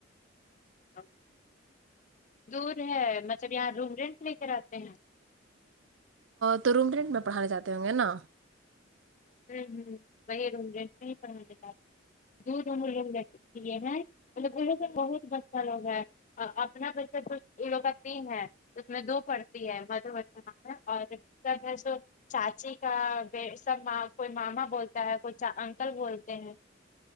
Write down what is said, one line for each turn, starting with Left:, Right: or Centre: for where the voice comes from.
Left: <unintelligible> دور ہے مطلب یہاں روم رینٹ لے کر آتے ہیں
Right: تو روم رینٹ میں پڑھانےجاتے ہوں گے نا
Left: ہوں ہوں وہیں روں رینٹ میں ہی پڑھاتے <unintelligible> یہ ہے مطلب انہوں کے بہت بچہ لوگ ہے ا اب اپنا پس لو کا تین ہے اس میں دو پڑھتے ہے مدو ورشنا ہے اور سب ہے سو چاچی کا ب سب ماں کوئی ماما بولتا ہے کوئی چا انکل بولتے ہیں